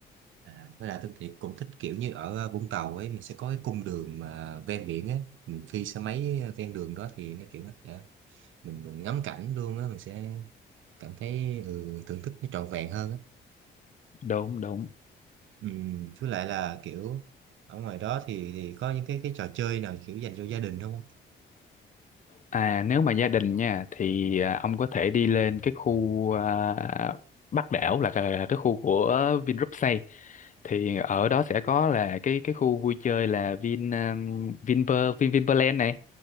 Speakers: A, on the right; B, on the left.
A: à, với lại tôi thì cũng thích kiểu như ở Vũng Tàu ấy mình sẽ có cái cung đường mà ven biển ấy mình phi xe máy ven đường đó thì nó kiểu nó sẽ- mình mình ngắm cảnh luôn á mình sẽ cảm thấy ừ, thưởng thức nó trọn vẹn hơn á
B: đúng đúng
A: Ừ, với lại là kiểu ở ngoài đó thì thì có những cái cái trò chơi nào kiểu dành cho gia đình không?
B: À, nếu mà gia đình nha thì à, ông có thể đi lên cái khu à, Bắc đảo là cái à, cái khu của Vingroup xây thì ở đó sẽ có là cái cái khu vui chơi là Vin um, Vinpearl Vin Vinpearland này